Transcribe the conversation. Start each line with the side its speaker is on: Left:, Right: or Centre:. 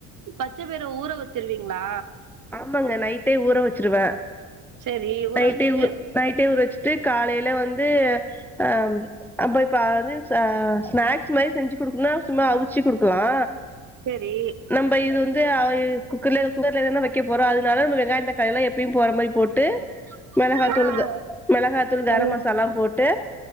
Right: பச்ச பயிர ஊற வச்சருவீங்களா
Centre: ஆமாங்க நைட்டே ஊற வச்சிருவே
Right: சரி ஊற
Centre: நைட்டே
Right: வச்சுட்டு
Centre: ஊ நைட்டே ஊரச்சிட்டு காலையில வந்து அ அப்ப இப்ப அதுஸ் ஸ்நாக்ஸ் மாரி செஞ்சு குடுக்குன்னா சும்மா அவிச்சு குடுக்கலா
Right: செரி
Centre: நம்ப இது வந்து ஆயீ குக்கர்ல குக்கர்லன்னா வை போறோ அதனால வெங்காயோ தக்காளிளா எப்பயு போற மாரி போட்டு மிளகாத்தூள்
Right: ஆ ஆ
Centre: மிளகாத்தூள் கரமசாலா
Right: சரி
Centre: போட்டு